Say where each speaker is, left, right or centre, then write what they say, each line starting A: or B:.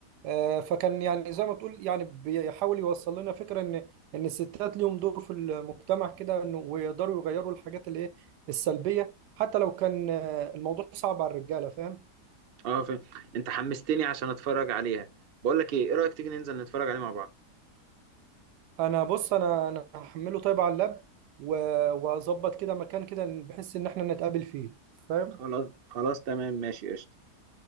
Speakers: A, on the right; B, on the right.
A: آه، فكان يعني زي ما تقول يعني بيحاول يوصل لنا فكرة ان ان الستات ليهم دور في المجتمع كده انه ويقدروا يغيروا الحاجات اللي ايه السلبية حتى لو كان آه، الموضوع صعب على الرجالة فاهم
B: اه فهمت انت حمستني عشان اتفرج عليها بقول لك ايه ايه رأيك تيجي ننزل نتفرج عليه مع بعض
A: انا بص انا انا هحمله طيب على اللاب و- واظبط كده مكان كده بحيث ان احنا نتقابل فيه فاهم
B: خلاص خلاص تمام ماشي قشطة